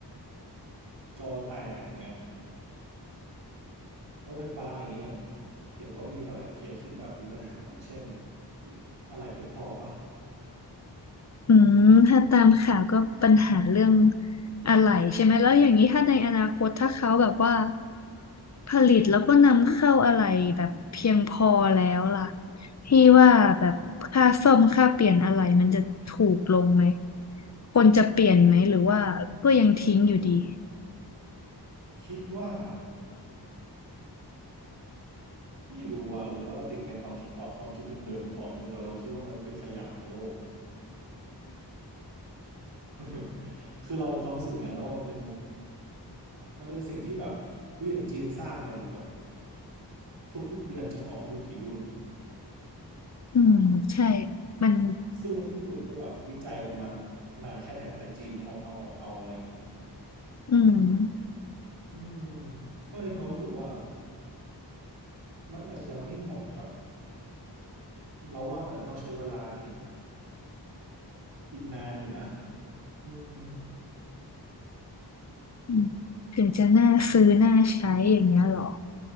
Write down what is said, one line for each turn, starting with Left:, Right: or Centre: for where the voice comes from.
Right: จอแตกอย่างเงี้ยรถไฟฟ้าอย่างเงี้ยยังเห็นว่ามีหลายๆเคสที่แบบมีปัญหาอย่างเช่นอะไรไม่พอปะ
Left: อืมถ้าตามข่าวก็ปัญหาเรื่องอะไหล่ใช่ไหมแล้วอย่างนี้ถ้าในอนาคตถ้าเขาแบบว่าผลิตแล้วก็นำเข้าอะไหล่แบบเพียงพอแล้วล่ะพี่ว่าแบบค่าซ่อมค่าเปลี่ยนอะไหล่มันจะถูกลงไหมคนจะเปลี่ยนไหมหรือว่าก็ยังทิ้งอยู่ดี
Right: คิดว่าไม่รู้ว่าหรือว่าเราติดในความคิดกรอบความคิดเดิมๆหรือเปล่าไม่รู้แต่เราคิดว่ามันก็เป็นขยะของโลกอะ <laughs> คือเรามีความรู้สึกองั้นนะว่ามันเป็นมันเป็นสิ่งที่แบบดูอย่างจีนสร้างมาดิแบบทุกๆเดือนจะออกไม่รู้กี่รุ่น
Left: อืมใช่มัน
Right: ซึ่งรุ่นญี่ปุ่นก็แบบวิจัยกันมานานแค่ไหนแล้วแต่จีนออกเอาออกเอาอะไรอย่างเงี้ย
Left: อืม
Right: อืมก็เลยมีความรู้สึกว่ามันอาจจะยังไม่เหมาะกับเราว่ามันอาจจะต้องใช้เวลาอีกอีกนานอยู่นะอืม
Left: อืมถึงจะน่าซื้อน่าใช้อย่างเงี้ยเหรอ